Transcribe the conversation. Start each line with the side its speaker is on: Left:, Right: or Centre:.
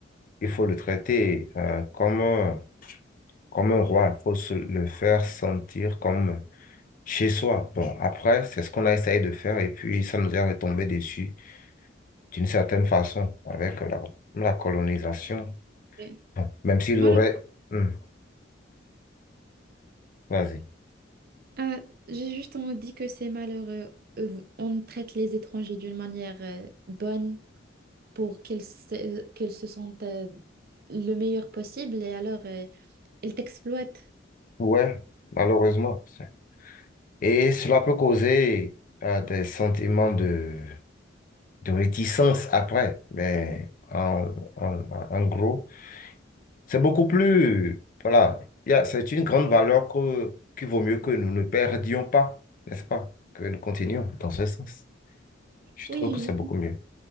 Left: il faut le traiter euh, comme un Comme un roi, il faut se le faire sentir comme chez soi. Bon, après, c'est ce qu'on a essayé de faire et puis ça nous est retombé dessus d'une certaine façon avec la, la colonisation.
Right: Oui.
Left: Bon, Même s'il
Right: C'est malheureux.
Left: aurait... Hmm, vas-y.
Right: Euh, j'ai juste on dit que c'est malheureux. Euh, On traite les étrangers d'une manière euh, bonne. pour qu'elles se, qu'elles se sentent euh, le meilleur possible et alors euh, elles t'exploitent.
Left: Ouais, malheureusement. c'est- Et cela peut causer euh, des sentiments de, de réticence après. Mais en, en en- en gros... C'est beaucoup plus, voilà, il y a- c'est une grande valeur que, qu'il vaut mieux que nous ne perdions pas, n'est-ce pas? Que nous continuions dans ce sens. Je
Right: Oui,
Left: trouve que c'est beaucoup mieux.